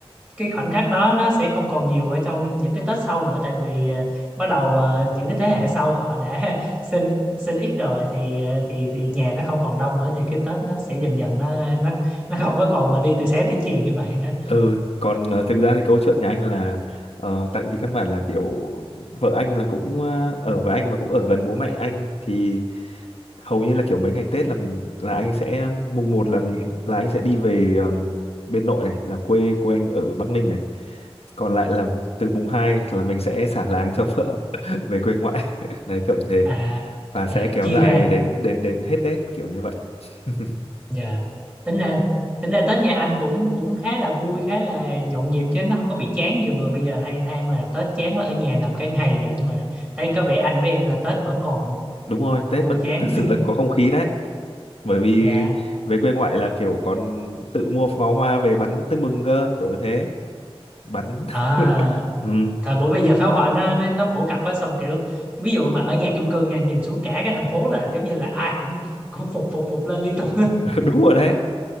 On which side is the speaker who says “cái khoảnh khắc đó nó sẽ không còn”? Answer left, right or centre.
Right